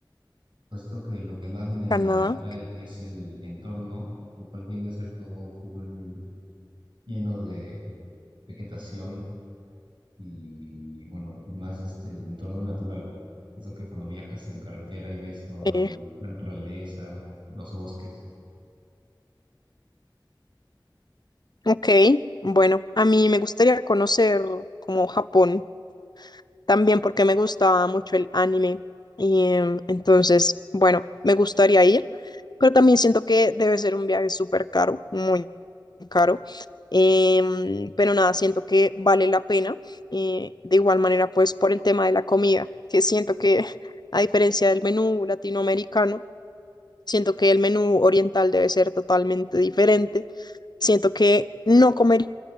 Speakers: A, on the right (about 80°); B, on the left (about 60°).
A: puesto que lo que más me
B: Canadá.
A: atrae es el entorno, lo cual viene a ser todo full lleno de vegetación y bueno, y más este el entorno natural. Puesto que cuando viajas en carretera y ves toda
B: Eh,
A: el- la naturaleza, los bosques.
B: ok, bueno, a mí me gustaría conocer como Japón. También porque me gustaba mucho el anime. Y em, entonces, bueno, me gustaría ir, pero también siento que debe ser un viaje súper caro, muy caro. Em, pero nada, siento que vale la pena. eh, de igual manera, pues por el tema de la comida, que siento que <laughs> a diferencia del menú latinoamericano, siento que el menú oriental debe ser totalmente diferente. Siento que no comería